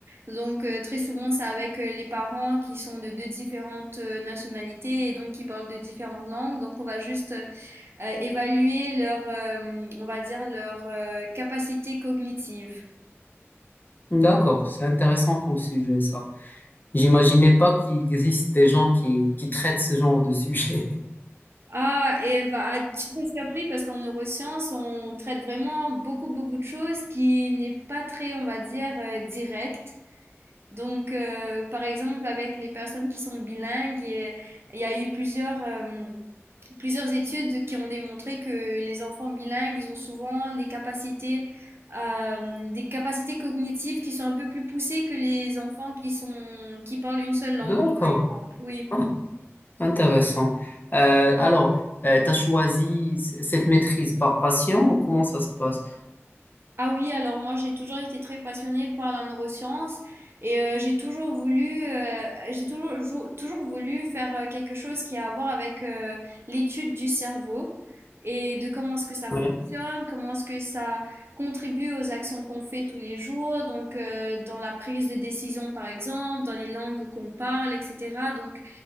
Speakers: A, on the right; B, on the left.
A: Donc, euh, très souvent, c'est avec euh, les parents qui sont de deux différentes euh, nationalités et donc qui parlent de différentes langues. Donc, on va juste euh, euh, évaluer leur, euh, on va dire, leur euh, capacité cognitive.
B: D'accord. C'est intéressant comme sujet, ça. J'imaginais pas qu'il existe des gens qui, qui traitent ce genre de sujet.
A: Ah, et bah, tu serais surpris parce qu'en neurosciences, on traite vraiment beaucoup, beaucoup de choses qui n'est pas très, on va dire, euh, direct. Donc, euh, par exemple, avec les personnes qui sont bilingues, il y a il y a eu plusieurs, euh, plusieurs études qui ont démontré que les enfants bilingues, ils ont souvent des capacités, euh, des capacités cognitives qui sont un peu plus poussées que les enfants qui sont, qui parlent une
B: <laughs>
A: seule langue,
B: D'accord.
A: par exemple. Oui.
B: Ah, intéressant. Euh, alors, tu as choisi c- cette maîtrise par patient ou comment ça se passe?
A: Ah oui, alors moi j'ai toujours été très passionnée par la neuroscience et euh, j'ai toujours voulu, euh, j'ai toujours, jou- toujours voulu faire euh, quelque chose qui a à voir avec euh, l'étude du cerveau et de comment est-ce que ça
B: Oui.
A: fonctionne, comment est-ce que ça contribue aux actions qu'on fait tous les jours, donc euh, dans la prise de décision par exemple, dans les langues qu'on parle, etc. Donc,